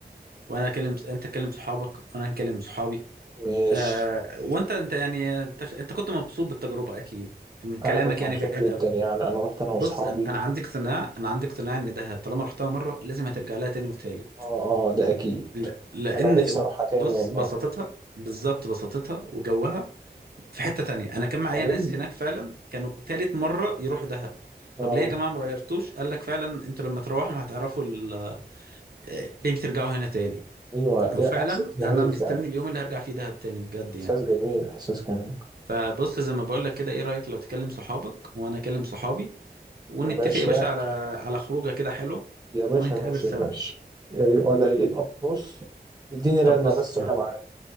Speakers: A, on the right; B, on the right.
A: وانا اكلم انت تكلم صحابك وانا نكلم صحابي
B: مش
A: آه وانت انت يعني انت, ش- انت كنت مبسوط بالتجربه اكيد من كلامك
B: انا كنت
A: يعني
B: مبسوط
A: باين
B: جدا
A: قوي
B: يعني انا رحت انا
A: بص
B: واصحابي
A: انا أنا عندي اقتناع انا عندي اقتناع ان دهب طالما رحتها مره لازم هترجع لها تاني وتالت
B: اه اه ده اكيد
A: ل- لان
B: انا نفسي اروحها تاني
A: بص
B: والله
A: بساطتها بالظبط بساطتها وجوها في حتة تانية انا كان معايا
B: جميل
A: ناس هناك فعلا كانوا تالت مرة يروحوا دهب
B: اه
A: طب ليه يا جماعة ما غيرتوش قال لك فعلا انتوا لما تروحوا هتعرفوا ال- آه، ليه بترجعوا هنا تاني
B: ايوه
A: وفعلا
B: لا احساس جميل
A: انا مستني
B: فعلا
A: اليوم اللي هرجع فيه دهب تاني بجد
B: احساس
A: يعني
B: جميل احساس جميل
A: فبص زي ما بقول لك كده ايه رأيك لو تكلم صحابك وانا اكلم صحابي ونتفق
B: يا باشا
A: يا باشا على على خروجه كده حلوة
B: يا باشا
A: ونتقابل
B: ماشي
A: سوا
B: يا باشا إيه ولا إيه. بص اديني رنة
A: طب بص
B: بس وانا معاك